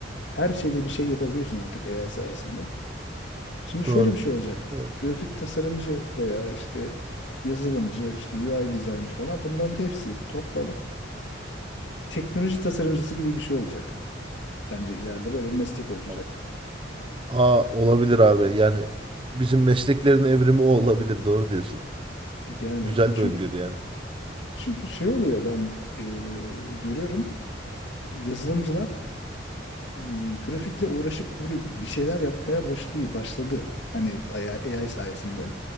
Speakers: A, on the left; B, on the right.
A: Her şeyle bir şey yapabiliyorsun artık AI sayesinde. Şimdi şöyle
B: Doğru.
A: bir şey olacak.
B: Doğru.
A: Grafik tasarımcı veya işte yazılımcı, işte UI designer falan bunların hepsi toplanıp teknoloji tasarımcısı gibi bir şey olacak. Bence ileride böyle bir meslek oluşacak.
B: Evet. Aa, olabilir abi. Yani bizim mesleklerin evrimi o olabilir. Doğru diyorsun.
A: Yani
B: Güzel
A: çünkü
B: bir öngörü yani.
A: çünkü şey oluyor ben e, görüyorum yazılımcılar e, grafikle uğraşıp böyle bir şeyler yapmaya başlıyor, başladı. Hani AI, AI sayesinde.